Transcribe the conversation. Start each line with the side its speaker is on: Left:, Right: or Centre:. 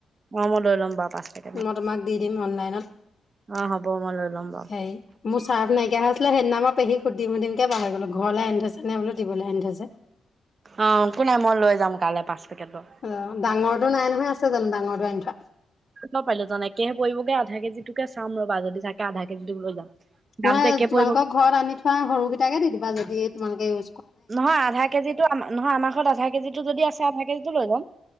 Right: অ মই লৈ ল'ম বাৰু পাঁচ পে
Left: মই তোমাক দি দিম অনলাইনত
Right: অ হ'ব মই লৈ ল'ম বাৰু
Left: হেৰি মোৰ চাৰ্ফ নাইকিয়া হৈছিলে সেইদিনা মই পেহীক সুধিম সুধিম কে পাহৰি গ'লো, ঘৰলৈ আনি থৈ নে বোলো দিবলৈ আনি থৈছে।
Right: অ একো নাই মই লৈ যাম কালিলৈ পাঁচ পেকেট বাৰু।
Left: অ ডাঙৰটো নাই নহয় আছে জানো ডাঙৰটো আনি থোৱা?
Right: পাৰিলো জান একেহে পৰি কৰিবগে আধা কেজিটোকে চাম ৰবা যদি থাকে আধা কেজিটো লৈ যাম
Left: নহয়
Right: দামতটো একে
Left: তোমালোকৰ
Right: পৰিব।
Left: ঘৰত আনি থোৱা সৰুকেইটাকে দি দিবা যদি তোমালোকে ইউ
Right: নহয় আধা কেজিটো নহয় আমাৰ ঘৰত আধা কেজিটো যদি আছে আধা কেজিটো লৈ যাম।